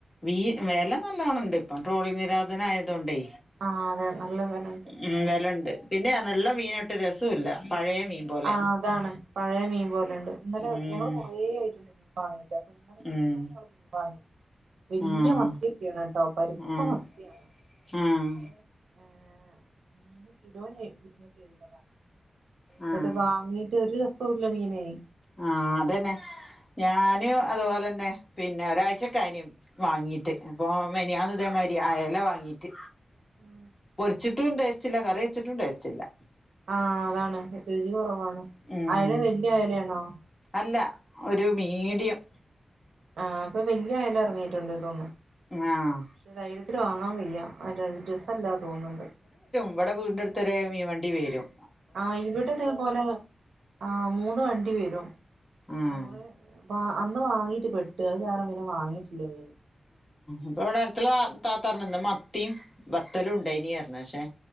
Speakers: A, on the left; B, on the right.
A: മീ വെല നല്ലോണ ണ്ട് ഇപ്പം ട്രോളി നിരോധനായതോണ്ടെ
B: ആഹ് അതെ നല്ല വിലണ്ട്
A: ഉം വെലണ്ട് പിന്നെ ഇള്ള മീനാട്ടൊ രെസൂല പഴേ മീൻ പോലെ
B: ആ അതാണ് പഴേ മീൻ പോലെണ്ട് ഇന്നലെ
A: ഉം
B: ഞങ്ങള് കൊറേ ആയിട്ടിണ്ട് മീൻ വാങ്ങീട്ട് അപ്പൊ ഇന്നലെ മിനിഞ്ഞാന്ന്
A: ഉം
B: <unintelligible> മീൻ <unintelligible> പണി വെല്ല്യ
A: ആഹ്
B: മത്ത്യൊക്കെ ആണ് ട്ടൊ പര്ത്ത
A: ആഹ്
B: മത്ത്യാണ്
A: ആഹ്
B: പഷെ ഏഹ് മീന് കിലോന് ഇരുന്നൂറ്റി എഴുപതാണ്. ന്നട്ട്
A: ആഹ്
B: വാങ്ങീ ട്ട് ഒരു രസൂല മീനെയ്
A: ആ അതന്നെ ഞാന് അത് പോലന്നെ പിന്നെ ഒരാഴ്ച്ചക്കായിനി വാങ്ങീട്ട് അപ്പോ മിനിഞ്ഞാന്ന് ഇതേ മായ്രി അയ്ല വാങ്ങീട്ട്
B: ഉം
A: ച്ചിട്ടും ടേസ്റ്റില്ല കറി വെച്ചിട്ടും ടേസ്റ്റില്ല
B: ആ അതാണ് രുചി കൊറവാണ്
A: ഉം
B: അയല വെല്ല്യ അയലാണോ?
A: അല്ല ഒര് മീഡിയം
B: ആ ഇപ്പൊ വെല്ല്യ അയല എർങ്ങീട്ടിണ്ട് തോന്നുന്ന്
A: ആഹ്
B: പഷെ ധൈര്യത്തിൽ വാങ്ങാൻ വയ്യ <unintelligible> രസല്ലാ തോന്ന്ണ്ട്
A: ഇവടെ വീടിൻറെ അട്ത്തരെ മീൻ വണ്ടി വെരും.
B: ആ ഇവടെ ഇതേ പോലെ ആ മൂന്ന് വണ്ടി വെരും
A: ആഹ്
B: ഞങ്ങള് പ അന്ന് വാങ്ങീട്ട് പെട്ട് അത് കാര ണം പിന്നെ വാങ്ങീട്ടില്ല മീന്
A: ഇപ്പവടെ അടുത്ത് ആ താത്ത പറഞ്ഞെന്ന് മത്തിം ബത്തലുണ്ടെയ്നി അർഞ്ഞ് പഷേ